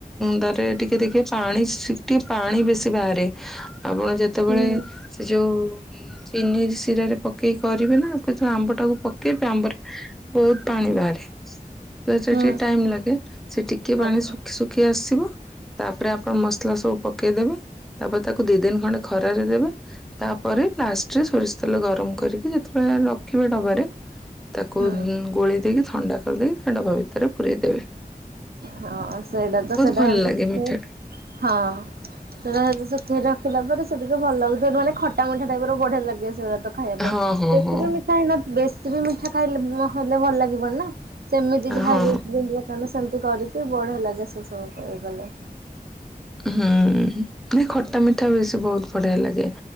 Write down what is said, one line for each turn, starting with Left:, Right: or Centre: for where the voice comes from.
Centre: ତାରେ ଟିକେ ଦେଖିବେ ପାଣି ଟିକେ ପାଣି ବେଶୀ ବାହାରେ। ଆପଣ ଯେତେବେଳେ
Right: ହୁଁ
Centre: ସେ ଯୋଉ ଚିନି ଶିରାରେ ପକେଇକି କରିବେ ନା ଯଉ ଆମ୍ବ ଟାକୁ ପକେଇବା ଆମ୍ବରେ ବହୁତ ପାଣି ବାହାରେ ତ ସେ
Right: ହୁଁ
Centre: ଟିକେ ଟାଇମ ଲାଗେ। ସେ ଟିକେ ପାଣି
Right: ଆଜ୍ଞା
Centre: ଶୁଖି ଶୁଖି ଆସିବ। ତାପରେ ଆପଣ ମସଲା ସବୁ ପକେଇଦବେ ତାପରେ ତାକୁ ଦି ଦିନ ଖଣ୍ଡେ ଖରାରେ ଦେବେ। ତାପରେ ଲାଷ୍ଟରେ ସୋରିଷ ତେଲ ଗରମ କରିକି ଯେତେବେଳେ ଡବାରେ ତାକୁ
Right: ହୁଁ
Centre: ଗୋଳି ଦେଇକି ଥଣ୍ଡା କରିଦେଇକି ସେ ଡବା ଭିତରେ ପୁରରେଇଦବେ।
Right: ହଁ ସେଇଟା ତ ସେଟାମତି
Centre: ଭଲ ଲାଗେ ମିଠା
Right: ହଁ। ସେଖକି ରଖିଲା ପରେ ସେ ଟିକେ ଭଲ ଲାଗିବ ମାନେ ଖଟା ମୁଣ୍ଠା ଟାଇପ ର ବଢିଆ ଲାଗେ ସେଇଗଳିା। ଖାଇବା
Centre: ଟା
Right: ପାଇଁ
Centre: ହଁ ହଁ
Right: ବେଶୀ
Centre: ହଁ
Right: ବି ମିଠା ବେଶୀ ବି ମିଠା ଖାଇଲେ ହେଲେ ଭଲ ଲାଗିବନି ନା। ସେମିତି ଯାହା
Centre: ହଁ
Right: ଦଣ୍ଡ ସେମିତି କରିକି ବଢେଇଲାାଗା ସେ ସବୁ କହିଗଲେ।
Centre: ହୁଁ ମାନେ ଖଟା ମିଠା ବେଶୀ ବହୁତ ବଢିଆ ଲାଗେ।